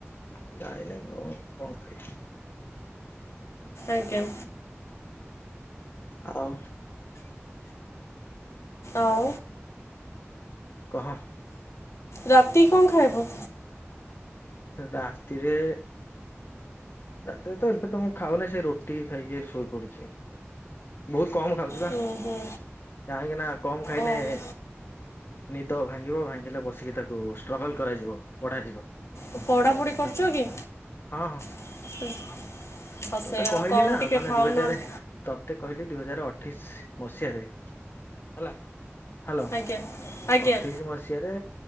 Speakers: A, on the left (about 55°); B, on the left (about 80°).
A: ମୁଁ ଯାଇନେଇ ଅଉ କଣ ଖାଇବି?
B: ଆଜ୍ଞା।
A: ଆଉ
B: ଆଉ
A: କହ।
B: ରାତି କି କଁ ଖାଇବ?
A: ରାତିରେ ରାତିରେ ତ ଏବେ ତ ମୁଁ ଖାଉନେଇ ସେଇ ରୁଟି ଖାଇକି ଶୋଇ ପଡୁଛି ବୋହୁତ କମ୍ ଖାଉଚି ପା
B: ହୁଁ ହୁଁ
A: କାହିଁକି ନା କମ୍ ଖାଇନେ
B: ଓହୋ
A: ନିଦ ଭାଙ୍ଗିବ ଭାଙ୍ଗିଲେ ବସିକି ତାକୁ ଷ୍ଟ୍ରଗଲ କରାଯିବ ପଢାଯିବ।
B: ଓ ପଢାପୁଢି କରୁଚ କି?
A: ହଁ ହଁ
B: <inaudible> ଆଉ
A: ତତେ
B: ସେଇଆ
A: କହିଲି
B: କମ୍
A: ନାଁ
B: ଟିକେ
A: ମାନେ
B: ଖାଅ
A: ଦୁଇ ହଜାରେ
B: ନହେଲେ
A: ତତେ କହିଲି ଦୁଇ ହଜାର ଅ ଅଠେଇଶ ମସିହାରେ ହେଲା ହାଲୋ
B: ଆଜ୍ଞା ଆଜ୍ଞା
A: ଅଠେଇଶି ମସିହାରେ